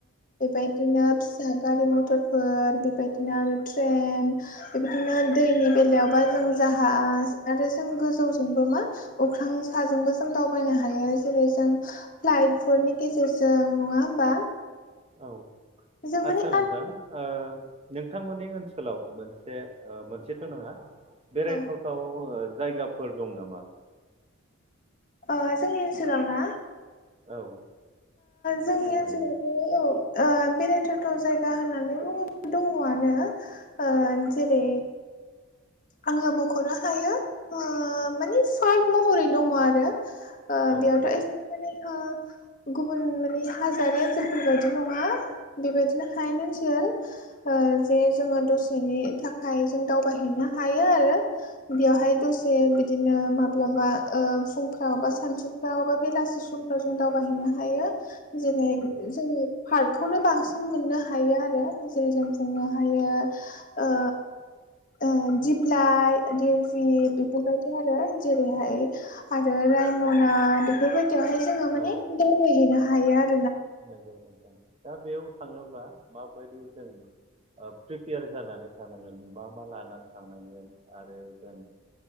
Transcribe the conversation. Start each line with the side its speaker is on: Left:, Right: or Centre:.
Left: बेबायदिनो फिसा गारि मथर फोर बेबायदिनो आरो ट्रेन बेबायदिनो दैनि बेलायावबा जों जाहा आरो जों गोजौ जोंबो मा अख्रां साजोंबो जों दावबायनो हायो। जेरै जों फ्लाइटफोरनि गेजेरजों नङा होमबा?
Right: औ
Left: जों
Right: आदसा
Left: माने
Right: नोंथां
Left: आरो
Right: ओ नोंथांमोननि ओनसोलाव मोनसे ओ मोनसेथ' नङा बेरायथाव
Left: औ
Right: थाव ओ जायगाफोर दं नामा?
Left: ओ जोंनि ओनसोलाव ना?
Right: औ
Left: जोंनि
Right: फोरमायनो
Left: ओनसोलावथ'
Right: हागोन
Left: औ। बेरायथावथाव जायगा होननानै बुङोब्ला दङआनो। ओ जेरै आङो मख'नो हायो ओ मानि पार्क महरै दङ आरो। ओ
Right: औ
Left: बेयावथ'
Right: नंगौ
Left: एमाने गुबुन माने हाजोरि ओनसोलफोरबायदि नङा बेबायदिनो हायेन ओनसोल जे जोङो दसेनि थाखाय जों दावबायहैनो हायो आरो। बेयावहाय दसे बिदिनो माब्लाबा ओ फुं बा सानसुफ्राव बा बेलासि समफ्राव जों दावबायहैनो हायो। जेरै
Right: नंगौ
Left: जोङो पार्कखौनो बांसिन मोननो हायो आरो जेरै जों बुंनो हायो ओ ओ दिप्लाइ दिर बेफोरबायदि आरो जेरैहाय आरो राइमना बेफोरबायदिआवहाय जोङो माने
Right: औ
Left: दावबायहैनो हायो आरो।
Right: नंगौ नंगौ दा बेयाव थाङोब्ला माबायदि जों प्रिपेयार जानानै थांनांगोन मा मा लानानै थांनांगोन आरो जों